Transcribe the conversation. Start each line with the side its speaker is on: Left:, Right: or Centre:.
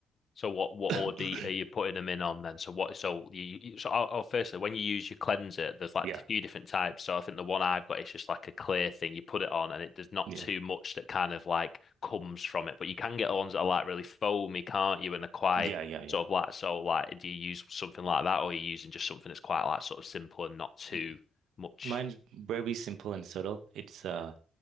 Left: So what what
Right: <clears throat>
Left: order are you putting them in on then? So what so you you- so I'll, I'll firstly when you use your cleanser, there's like
Right: Yeah.
Left: a few different types. So I think the one I've got is just like a clear thing. You put it on and it there's not
Right: Yeah.
Left: too much that kind of like comes from it. But you can get the ones that are like really foamy, can't you? And they're quite
Right: Yeah. Yeah. Yeah.
Left: sort of like so like do you use something like that or are you using just something that's quite like sort of simple and not too
Right: M-
Left: much?
Right: Mine's very simple and subtle. It's uh